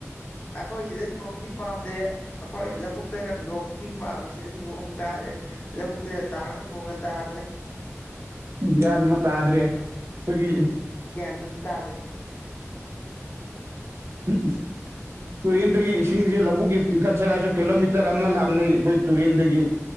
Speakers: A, on the left; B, on the right.
A: ꯑꯩꯈꯣꯏ ꯁꯤꯗ ꯅꯣꯡꯗꯤ ꯄꯥꯝꯗ꯭ꯔꯦ ꯑꯩꯈꯣꯏ ꯂꯧꯕꯨꯛꯇꯅ ꯅꯣꯡ ꯆꯤꯡ ꯄꯥꯝꯃꯦ ꯁꯤꯗ ꯅꯣꯡ ꯇꯥ ꯂꯩ ꯇꯥ ꯅꯣꯡ ꯇꯥꯗ꯭ꯔꯔꯤ
B: ꯒ꯭ꯌꯥꯟ ꯑꯃ ꯇꯥꯗ꯭ꯔꯦ ꯑꯩꯈꯣꯏꯒꯤ
A: ꯒꯌ꯭ꯥꯟꯑꯝ ꯇꯗ꯭ꯔꯤ
B: ꯎꯝ ꯇꯨꯔꯦꯟꯗꯒꯤ ꯏꯁꯤꯡꯁꯤ ꯂꯧꯕꯨꯛꯒꯤ ꯆꯤꯡꯈꯠꯁꯔ ꯍꯥꯏꯁꯨ ꯀꯤꯂꯣꯃꯤꯇꯔ ꯑꯃ ꯂꯥꯞꯅꯩ ꯑꯩꯈꯣꯏ ꯇꯨꯔꯦꯟꯗꯒꯤ